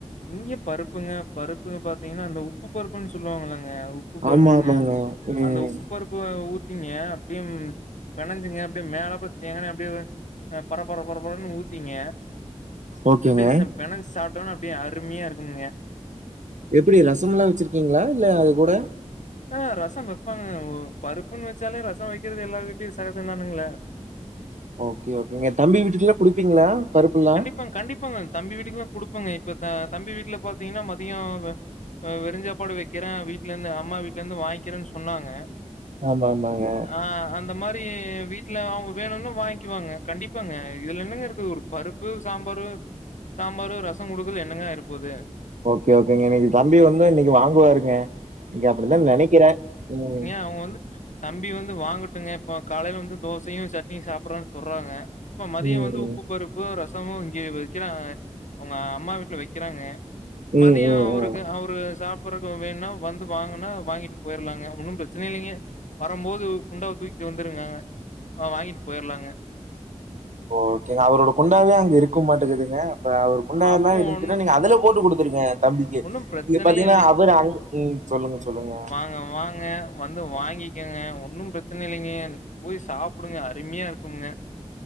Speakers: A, on the left; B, on the right.
A: இங்க பருப்புங்க பருப்புங்க பாத்தீங்கன்னா அந்த உப்பு பருப்புன்னு சொல்லுவாங்க இல்லங்க உப்பு பருப்புங்க
B: ஆமா ஆமாங்க ம்
A: அந்த உப்பு பருப் ப ஊத்திங்க அப்டியே பெனஞ்சிங்க அப்டியே மேலப்ல தேங்கா எண்ணெய அப்டியே பரப்பர பரப்பரன்னு ஊத்திங்க
B: ஓகேங்க
A: அப்டியே ச பெனஞ்சி சாப்ட்டோனா அப்டியே அருமையா இருக்கும்ங்க
B: எப்டி ரசம்ல்லா வச்சிருக்கீங்களா இல்ல அது கூட
A: ஆ ரசம் வைப்பாங்க பருப்புன்னு வச்சாலே ரசம் வைக்கிறது எல்லா வீட்லயு சகஜந்தானுங்களே
B: ஓகே ஓகேங்க தம்பி வீட்டுக்குல்லா குடுப்பீங்களா பருப்புல்லா
A: ஆ கண்டிப்பாங்க தம்பி வீட்டுக்குலா குடுப்பேங்க இப்ப தம்பி வீட்ல பாத்தீங்கன்னா மதியோ ஆ வெறுஞ்சாப்பாடு வைக்கிறே வீட்ல இருந்து அம்மா வீட்ல இருந்து வாங்கிறேன்னு சொன்னாங்க
B: ஆமா ஆமாங்க
A: ஆ அந்த மாரி வீட்டுல அவங்க வேணும்னா வாங்க்கிவாங்க கண்டிப்பாங்க இதுல என்னங்க இருக்குது ஒரு பருப்பு சாம்பாரு சாம்பார் ரசம் கொடுக்க என்னங்கா ஆயிரப்போது
B: ஓகே ஓகேங்க இன்னைக்கு தம்பி வந்த இன்னைக்கு வாங்குவாருங்க இன்னைக்கு அப்படிதான் நனைக்கிறேன் ம்
A: அவ வந்து தம்பி வந்து வாங்கட்டுங்க இப்போ காலையில வந்து தோசையும் சட்னியும் சாப்பிடுறோன் சொல்றாங்க இப்ப மதியம்
B: ம்
A: வந்து உப்பு பருப்பு ரசமும் இங்க வைக்கிற அவங்க அம்மா வீட்டுல வைக்கிறாங்க
B: ம்
A: மதியம்
B: ம்
A: ஒரு
B: ம்
A: கு அவரு சாப்புரகு வேணும்னா வந்து வாங்கனா வாங்கிட்டு போயிர்லாங்க ஒன்னும் பிரச்சன இல்லைங்க வரும்போது குண்டாவ தூக்கிட்டு வந்துருங்காங்க ஆ வாங்கிட்டு போயர்லாங்க
B: ஓகேங்க அவரோட குண்டாவே அங்க இருக்க மாட்டேங்கதுங்க அப்ப அவர் குண்டாலா
A: அப்போ
B: இருந்துச்சுன்னா
A: ஒண்ணு
B: நீங்க அதல போட்டு கொடுத்துருங்க தம்பிக்கு
A: ஒண்ணும் பிரச்சனையே
B: நீங்க பாத்தீங்கன்னா அவரு அ ம் சொல்லுங்க சொல்லுங்க
A: நாங்க வாங்க வந்து வாங்கிக்கோங்க ஒன்னும் பிரச்சனை இல்லைங்க போய் சாப்புடுங்க அருமையா இருக்குங்க